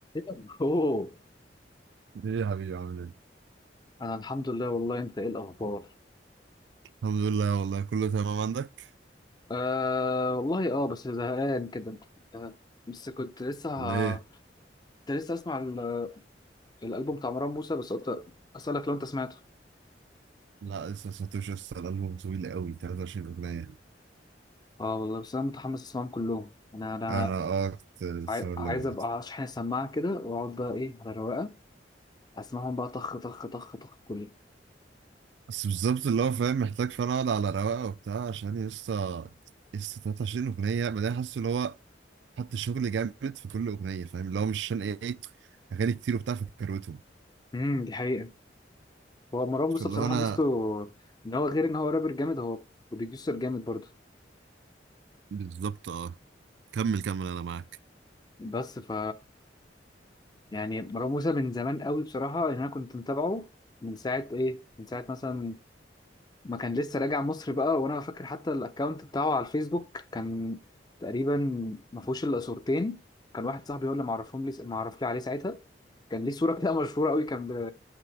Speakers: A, on the left; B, on the right.
A: اوه
B: ايه يا حبيبي عامل ايه؟
A: انا الحمد لله والله انت ايه الاخبار
B: الحمد لله والله كله تمام عندك؟
A: آه والله اه بس زهقان كده آه بس كنت لسه
B: ليه؟
A: ه... كنت لسه اسمع ال- الالبوم بتاع مروان موسى بس قلت اسالك لو انت سمعته
B: لا لسه ساتوش لسه الألبوم طويل قوي 23 أغنية
A: اه والله بس انا متحمس اسمعهم كلهم انا انا
B: أنا اه كنت لسه
A: عاي...
B: أقول
A: عايز
B: لك برضه
A: ابقى اشحن السماعه كده واقعد بقى ايه على الرواقه اسمعهم بقى طخ طخ طخ طخ كلهم
B: بس بالظبط اللي هو فاهم محتاج فعلا أقعد على رواقة وبتاع عشان لسه لسه 23 أغنية بعدين حاسس اللي هو حط شغل جامد في كل أغنية فاهم اللي هو مش عشان إيه أغاني كتير وبتاع فكروتهم
A: امم دي حقيقه هو مروان موسى
B: فاللي
A: بصراحه
B: هو أنا
A: ميزته ان هو غير ان هو رابر جامد هو بروديوسر جامد برضه
B: بالظبط اه كمل كمل أنا معاك
A: بس ف يعني مروان موسى من زمان قوي بصراحة يعني أنا كنت متابعه من ساعة إيه من ساعة مثلا ما كان لسه راجع مصر بقى وأنا فاكر حتى الأكاونت بتاعه على الفيسبوك كان تقريبا ما فيهوش إلا صورتين كان واحد صاحبي هو اللي معرفهم لي معرف لي عليه ساعتها كان ليه صورة كده مشهورة قوي كان ب...